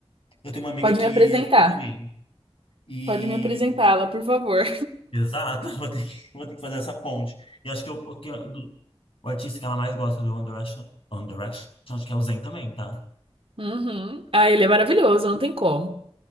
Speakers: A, on the left; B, on the right.
A: Eu tenho uma amiga
B: Pode
A: que
B: me apresentar.
A: é fã também. E
B: Pode me apresentá-la, por favor.
A: Exato, <laughs> vou ter que, vou ter que fazer essa ponte. E acho que, eu, o, que eu- do- o artista que ela mais gosta do One Direction, One Direction, acho que é o Zayn também, tá?
B: Uhum. Ah, ele é maravilhoso, não tem como.